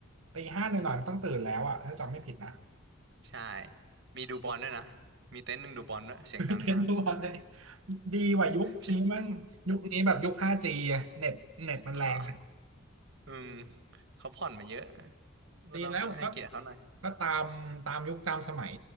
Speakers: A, on the right; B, on the right.
A: ตีห้าหน่อยๆมันต้องตื่นแล้วอะถ้าจำไม่ผิดนะ
B: ใช่มีดูบอลด้วยนะมีเต็นท์หนึ่งดูบอลด้วยเสียงดังมาก
A: เทรนด์ทุกวันเลยดีกว่ายุคนี้มั่งยุคนี้แบบยุค
B: พี่
A: 5G อะเน็ตเน็ตมันแรงอะ
B: <laughs> พาอืมเขาผ่อนมาเยอะ ก็ต้องให้เกียรติเขาหน่อย
A: ดีแล้วก็ก็ตามตามยุคตามสมัย